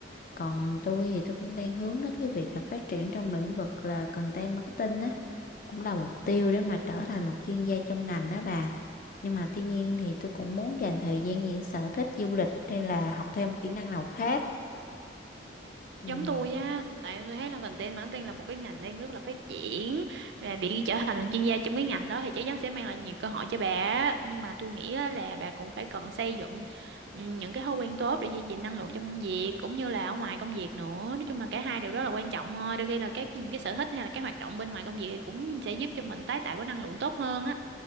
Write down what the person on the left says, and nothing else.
Còn tôi thì tôi cũng đang hướng đến cái việc là phát triển trong lĩnh vực là content marketing á. cũng là mục tiêu để mà trở thành một chuyên gia trong ngành đó bà nhưng mà tuy nhiên thì tôi cũng muốn dành thời gian những sở thích du lịch hay là học thêm một kỹ năng nào khác ừ.